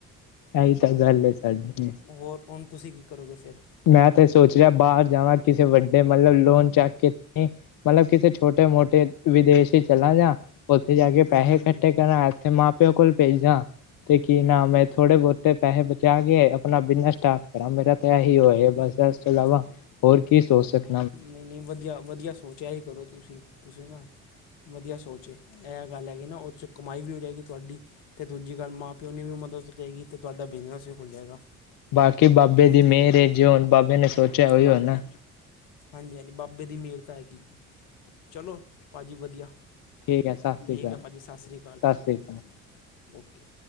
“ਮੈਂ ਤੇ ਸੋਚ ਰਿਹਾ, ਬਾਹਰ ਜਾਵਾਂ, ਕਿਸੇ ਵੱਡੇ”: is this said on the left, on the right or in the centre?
Left